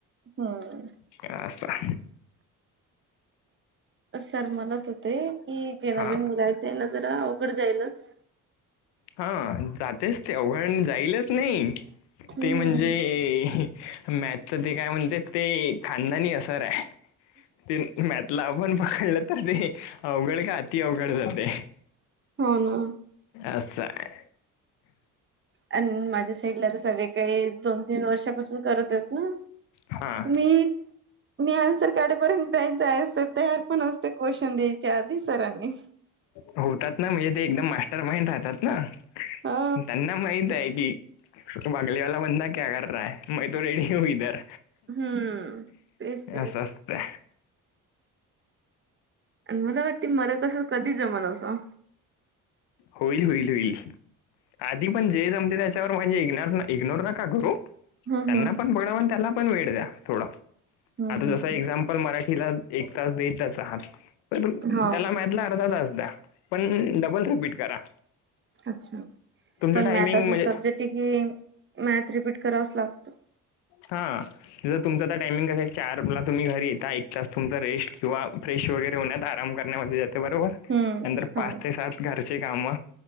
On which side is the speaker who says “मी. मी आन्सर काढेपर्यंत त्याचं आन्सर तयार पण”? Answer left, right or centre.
Right